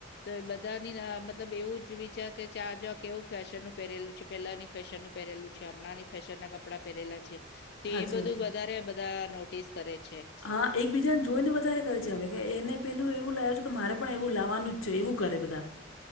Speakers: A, on the left (about 50°); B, on the left (about 80°).
A: તો એ બધ ધાની રાહ મતલબ એવું જ વિચાર કે આ જોવો કેવું ફેશનનું પહેરેલું છે! પેલાની ફેશનનું પહેરેલું છે, હમણાંની ફેશનના કપડા પહેરેલા છે, તો
B: હાચી
A: એ બધું
B: વાત છે.
A: વધારે બધા નોટિસ કરે છે.
B: હા, એકબીજાને જોઈને વધારે કરે છે હવે, કે એને પેલું એવું લાયો છે કે મારે પણ એવું લાવવાનું જ છે. એવું કરે બધા